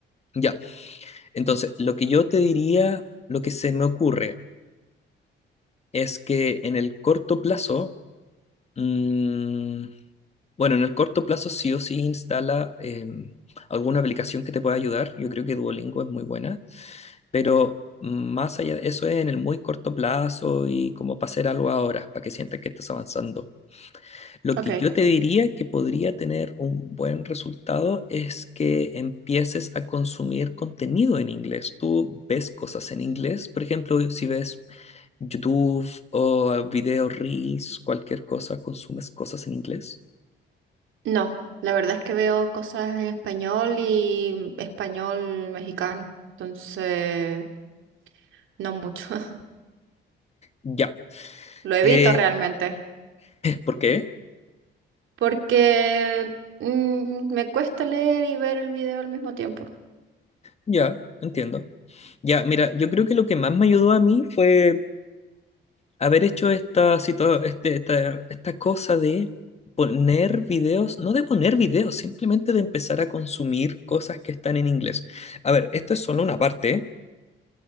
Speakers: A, on the left; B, on the right.
A: Ya. Entonces, lo que yo te diría, lo que se me ocurre es que en el corto plazo, mm, bueno, en el corto plazo sí o sí instala em, alguna aplicación que te pueda ayudar. Yo creo que Duolingo es muy buena, pero más allá de eso es en el muy corto plazo y como para hacer algo ahora, para que sientas que estás avanzando. Lo
B: ok.
A: que yo te diría que podría tener un buen resultado es que empieces a consumir contenido en inglés. Tú ves cosas en inglés, por ejemplo, si ves YouTube o videos reels, cualquier cosa, consumes cosas en inglés.
B: No, la verdad es que veo cosas en español y español mexicano, entonces no mucho. <laughs>
A: Ya.
B: Lo evito
A: Eh,
B: realmente
A: ¿por qué?
B: porque mm, me cuesta leer y ver el video al mismo tiempo.
A: Ya, entiendo. Ya, mira, yo creo que lo que más me ayudó a mí fue haber hecho esta, situa- este- esta, esta cosa de poner videos, no de poner videos, simplemente de empezar a consumir cosas que están en inglés. A ver, esto es solo una parte, ¿eh?